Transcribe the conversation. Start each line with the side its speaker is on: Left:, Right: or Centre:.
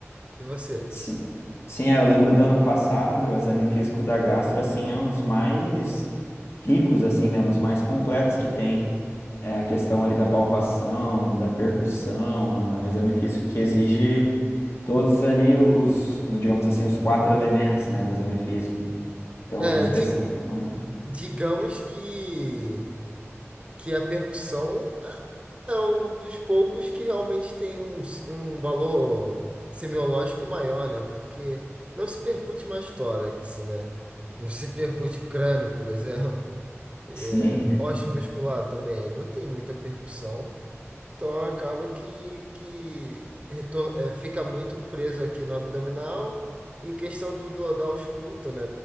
Right: E você?
Left: Sim. Sim, é, eu lembro do ano passado, o exame físico da gastro, assim, é um dos mais ricos, assim, né? Um dos mais completos que tem. É a questão ali da palpação, da percussão, é um exame físico que exige todos ali os, os, digamos assim, os quatro elementos, né, do exame físico. Então,
Right: É,
Left: a inspeção,
Right: di-
Left: né?
Right: digamos que, que a percussão É um dos poucos que realmente tem um, s- um valor semiológico maior, né? Porque não se percute mais tórax, né? Não se percute crânio, por exemplo. É,
Left: Sim.
Right: osso muscular também. Não tem muita percussão. Então acaba que, que retor- é, fica muito preso aqui no abdominal. E questão do, do- da ausculta, né?